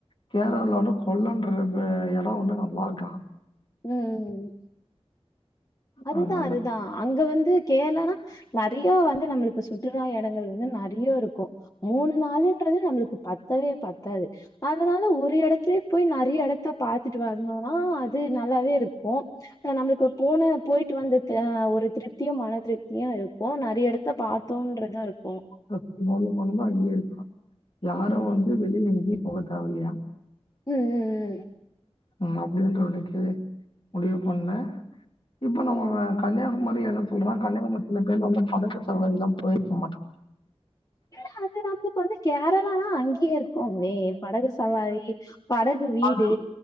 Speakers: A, on the left; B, on the left.
A: கேரளால வந்து கொல்லன்ற எடோ வந்து நல்லா இருக்கா
B: ம் ம் ம் அதுதா
A: அதனால
B: அதுதா அங்க வந்து கேரளானா ந டியோ வந்து நம்மளுக்கு சுற்றுலா எடங்கள் வந்து நெறைய இருக்கு மூணு நாளுன்றது நம்மளுக்கு பத்தவே பத்தாது அதனால ஒரு எடத்துலயே போய் நெறைய எடத்த பாத்துட்டு வந்தோம்னா அது நல்லாவே இருக்கு ஆ நம்ளுக்குப் போன போயி்ட்டு வந்த அ ஒரு திருப்தியு மன திருப்தியு இருக்கு நெறைய எடத்த பாத்தோன்றது இருக்கு
A: ஆ <unintelligible> போனன்னா அங்கயே இருக்கா யாரு வந்து வெளில எங்கியு போக தேவ இல்லையா
B: ம் ம்
A: ம் அப்டின்ற வரைக்கி முடிவு பண்ண இப்ப நம்ம கன்னியாகுமரி என்ன சொல்றா கன்னியாகுமரி சில பேர் வந்து படகு சவாரில்லா போயிருக்க மாட்டோ
B: இல்ல அது நமக்கு இப்ப வந்து கேரளாலான்னா அங்கேயே இருக்குமே படகு சவாரி படகு வீடு
A: அது